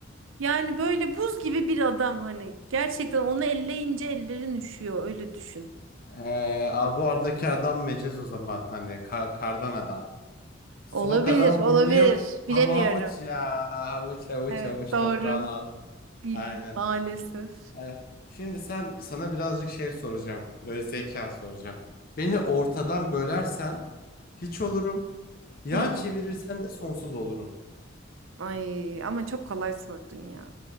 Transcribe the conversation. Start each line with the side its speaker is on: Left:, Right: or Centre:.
Right: Yani böyle buz gibi bir adam hani. Gerçekten onu elleyince ellerin üşüyor öyle düşün.
Left: Ee, a- bu aradaki adam mecaz o zaman. Hani ka- kardan adam. Soğuk
Right: Olabilir,
Left: adamın
Right: olabilir.
Left: burnuyum.
Right: Bilemiyorum.
Left: Havu havuç ya. Havuç havuç
Right: Evet
Left: havuç
Right: doğru.
Left: toprağın altı.
Right: Bil
Left: Aynen.
Right: maalesef.
Left: Evet. Şimdi sen sana birazcık şey soracağım. Böyle zeka soracağım. Beni ortadan bölersen hiç olurum. Yan
Right: Hmm.
Left: çevirirsen de sonsuz olurum.
Right: Ay ama çok kolay sordun ya.